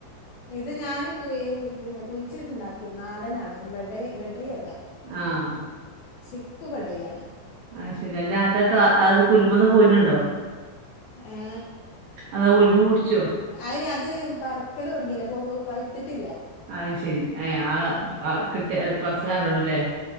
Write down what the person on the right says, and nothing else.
ആഹ്
ആഹ് ശരി അല്ല ആട്ടക്ക അത് കുരുമ്മന്ന് പോര്നുണ്ടോ
അതൊ കുരുമ പുട്ച്ചൊ
അയ് ശരി ഏ അഹ് അ ഹ്കിട്ടിയ എ പർച്ചാല് അറിയൊള്ളുലേ